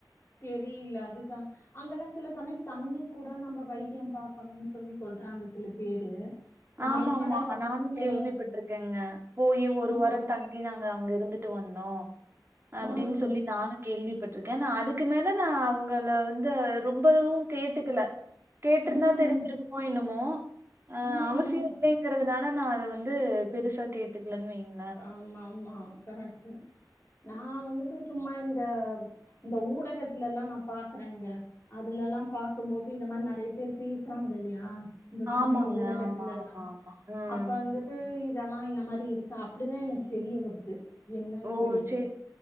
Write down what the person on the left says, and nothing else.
தெரில அதுதா அங்கெல்லா சில சமய தங்கி கூட நம்ம வைத்தியோ பாக்கணு சொல்லி சொல்றாங்க சில பேரு நாள்பட
வந்துட்டு
ம்
ம்
ம் ம்
ம்
ம்
ஆமா ஆமா கரெக்ட் நா வந்துட்டு சும்மா இந்த இந்த ஊடகத்தில்ல எல்லா நா பாக்குறங்க அதுலல்லா பாக்கு போது இந்த மாரி நெறைய பேர் பேசுறாங்க இல்லையா இந்த சமூக
ஊடகத்துலல்லா
அப்ப வந்து இதெல்லா இந்த மாரி இருக்க அப்டிதா எனக்கு தெரிய வருது என்னன்னு
சொல்லிட்டு